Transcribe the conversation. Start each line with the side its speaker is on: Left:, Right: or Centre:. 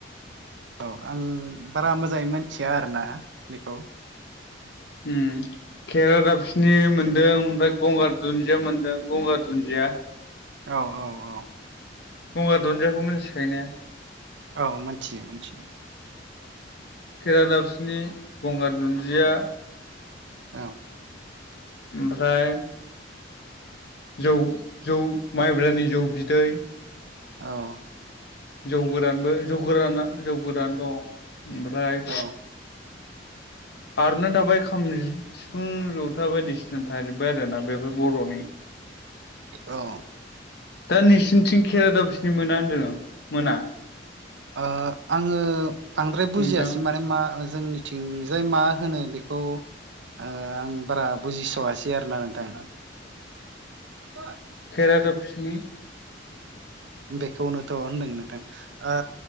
Right: औ आं बारा मोजाङै मोनथिया आरो ना बेखौ
Left: हम खेरादाबसिनि मोनदों ओमफ्राय गंगार दुन्दिया मोनदों गंगार दुन्दिया
Right: औ औ औ
Left: गंगार दुन्दियाखौ मिथिखायोने?
Right: औ मोनथियो मोनथियो।
Left: केेरादाबसिनि गंगार दुन्दिया
Right: औ
Left: ओमफ्राय जौ जौ माइब्रानि जौ बिदै
Right: औ
Left: जौ गोरानबो जौ गोराना जौ गोदान दं ओमफ्राय
Right: औ
Left: आरनो थाबाय खाम सिफुं जथा बायदिसिना थाजोबबाय आरोना बेफोर बर'नि
Right: औ
Left: दा नोंसिनिथिं खेरादाबसिनि मोना होन्दों आं मोना
Right: ओ आङो बांद्राय बुजियासै
Left: नोंथां
Right: माने मा जोंनिथिंजाय मा होनो बेखौ ओ आं बारा बुजिस'वासै आरो ना नोंथां <unintelligible>
Left: केेरादाबफिनि
Right: बेखौनोथ' होनदों नोंथां ओ